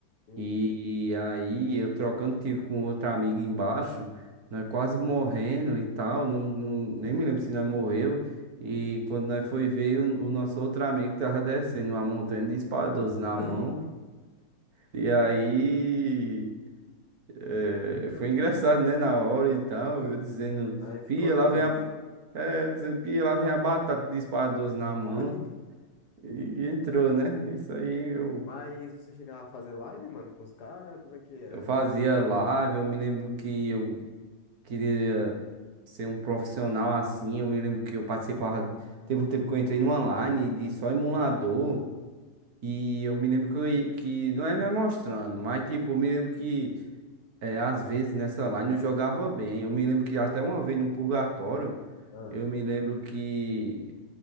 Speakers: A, on the left (about 60°); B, on the right (about 55°).
A: Hum.
B: E aí eu trocando tiro com outra amiga embaixo, nós quase morrendo e tal, não, não- nem me lembro se nós morreu. E quando nós foi ver, o, o nosso outro amigo tava descendo uma montanha de espada 12 na
A: <laughs>
B: mão. E aí eh, foi engraçado, né? Na hora e tal, eu dizendo,
A: Aí ficou
B: pia,
A: na
B: lá
A: mente.
B: vem a. É, eu dizendo, pia, lá vem a batata de espada 12 na mão.
A: <laughs>
B: E entrou, né? Isso aí eu,
A: Mas você chegava a fazer live, mano, com os caras? Como é que era?
B: eu fazia live, eu me lembro que eu queria ser um profissional assim, eu me lembro que eu participava, teve um tempo que eu entrei numa line de só emulador, e eu me lembro que, eu ia- que não é me mostrando, mas tipo, eu me lembro que é, às vezes nessa line eu jogava bem, eu me lembro que até uma vez no purgatório,
A: Ah,
B: eu me lembro que